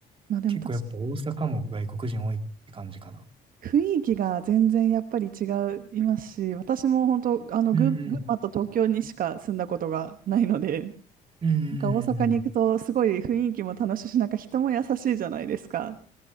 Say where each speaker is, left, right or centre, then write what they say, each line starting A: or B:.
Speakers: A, on the right; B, on the right.
A: まあでも確か
B: 結構やっぱ大阪も外国人多いって感じかな。
A: 雰囲気が全然やっぱり違いますし、私も本当、あの、
B: うんうん。
A: 群、群馬と東京にしか住んだことがないので、
B: うんうんうんうん。
A: なんか大阪に行くとすごい雰囲気も楽しいし、なんか人も優しいじゃないですか。